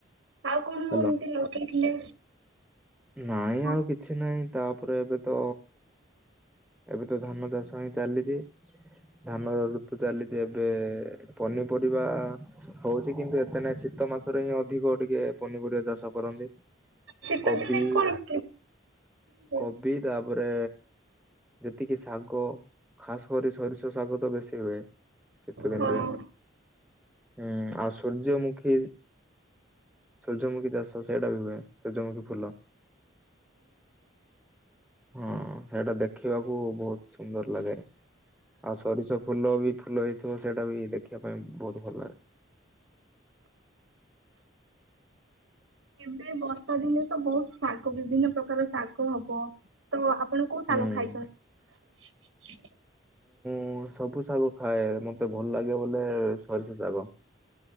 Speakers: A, on the right; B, in the centre.
A: ଆଉ କଣ
B: ହ୍ୟାଲୋ
A: ଏମତି ଲଗେଇଥିଲେ?
B: ନାଇଁ
A: ହଁ,
B: ଆଉ, କିଛି ନାହିଁ। ତାପରେ ଏବେ ତ ଏବେ ତ ଧାନ ଚାଷ ହିଁ ଚାଲିଛି। ଧାନର ଋତୁ ଚାଲିଛି, ଏବେ ପନିପରିବା ହଉଛି, କିନ୍ତୁ ଏତେ ନାଇଁ। ଶୀତ ମାସରେ ହିଁ ଅଧିକ ଟିକେ ପନିପରିବା ଚାଷ କରନ୍ତି।
A: ଶୀତ
B: କବି,
A: ଦିନେ କଣ ହୁଏ? ହଁ।
B: କବି ତାପରେ ଯେତିକି ଶାଗ, ଖାସ କରି ସରିଷ ଶାଗ ତ ବେଶୀ ହୁଏ। ଶୀତ ଦିନରେ।
A: ହଁ,
B: ହୁଁ, ଆଉ ସୂର୍ଯ୍ୟ ମୁୁଖ୍ ଖୀ, ସୂର୍ଯ୍ୟମୁଖୀ ଚାଷ ସେଇଟା ବି ହୁଏ। ସୂର୍ଯ୍ୟମୁଖୀ ଫୁଲ। ହଁ, ହେଟା ଦେଖ୍ ଦେଖିବାକୁ ବହୁତ ସୁନ୍ଦର ଲାଗେ। ଆଉ ସରିଷ ଫୁଲ ବି ଫୁଲ ହେଇଥିବ, ସେଇଟା ବି ଦେଖିବା ପାଇଁ ବହୁତ ଭଲ ଲାଗେ। <inaudible>
A: ଏବେ ବର୍ଷା ଦିନେ ତ ବହୁତ ଶାଗ, ବିଭିନ୍ନ ପ୍ରକାର ଶାଗ ହବ। ତ ଆପ୍ ଆପଣ କୋଉ
B: ହୁଁ
A: ସାଙ୍ଗ ଖାଇଛନ୍ତି?
B: ମୁଁ ସବୁ ଶାଗ ଖାଏ। ମତେ ଭଲ ଲାଗେ ବଲେ ସୋରିଷ ଶାଗ।